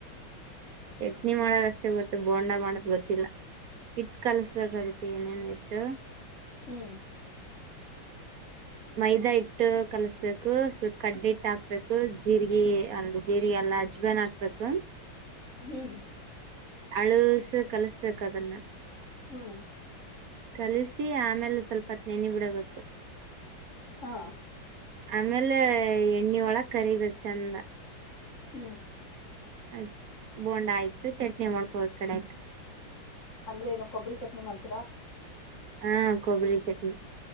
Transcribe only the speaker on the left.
ಹ್ಮ್.
ಹ್ಮ್.
ಹ್ಮ್.
ಹಾ.
ಹ್ಮು.
ಅಂದ್ರೇನು ಕೊಬ್ರಿ ಚಟ್ನಿ ಮಾಡ್